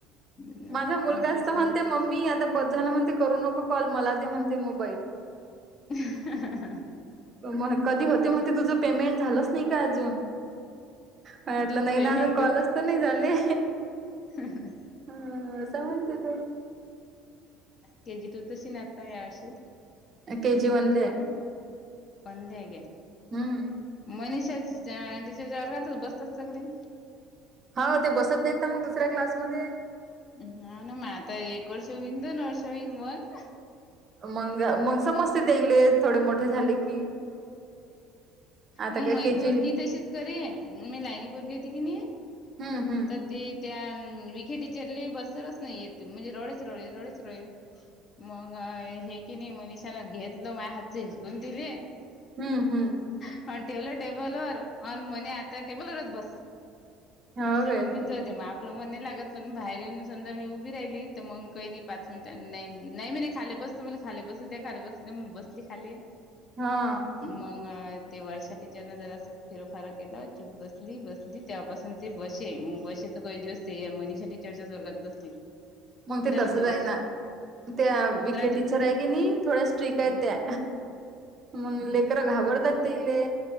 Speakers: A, on the left; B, on the right.
A: नाही
B: माझा मुलगा
A: आणि तसं
B: तर म्हणते, मम्मी आता बस झाल आता म्हणते करू नको कॉल मला‌दे म्हणते. ते मोबाईल
A: आहे
B: मग कधी
A: तसंच
B: होते,
A: आहे
B: म्हणते तुझ. पेमेंट झालंच नाही का अजून, वाटलं नाही
A: पेमेंट
B: ना अजून कॉलच तर नाही झाले.
A: हं हं.
B: अं.. सावंतेत.
A: के जी टू तशी ना, आता या वर्षी.
B: ते जीवनले.
A: पाणी दे गे.
B: हम्म.
A: मनीषा टिचरच्या वर्गातच बसतात सगळे.
B: हो ते बसत नाहीत ना मग, दुसऱ्या क्लासमध्ये.
A: हा ना मग आता एक वर्ष होईन, दोन वर्ष होईन मग.
B: मंग मग समस्त देले, थोडे मोठे झाले की. आता
A: मग
B: काय
A: मई
B: के
A: पोरगी
B: जी
A: तशीच करेन मी लायनी पोरगी होती की नाही.
B: हम्म हम..
A: तर ती. त्या विखेटीचरले बसलच नाही, येत म्हणजे रडेच रोळे रडेच रोळे. मग हे की नाही मनिषाला घेतलं, माझ हातचं हिसकून तिले.
B: हम्म हम्म.
A: हा ठेवलं टेबलावर आण, म्हणे आता टेबल वरचं बस. मग
B: हो
A: तुझ्या
B: काय
A: मम्मी जाऊ दे मग, आपलं मन नाही लागत पण, बाहेर येऊन सध्या मी उभी राहिलीत. तर मग काही नाही, पाच मिनट नाही. नाही मी नाही खाले बसतो, मला खाली बसू द्या खाली बसू दे मग बसली खाले.
B: हां.
A: मग ते वर्षाटीचरन जरा असं फिरफार केलं, चूप बसली बसली. ती तेव्हापासून ते बसे, मग बसे तर काही दिवस ते या मनिषा टिचर चाच वर्गात बसली.
B: मग ते तसंच
A: एक दिवस.
B: आहे ना, त्या विखे
A: दिव
B: टीचर आहे की नाही थोड्या स्ट्रिक
A: हं,
B: आहेत त्या. मग लेकर घाबरतात तेले.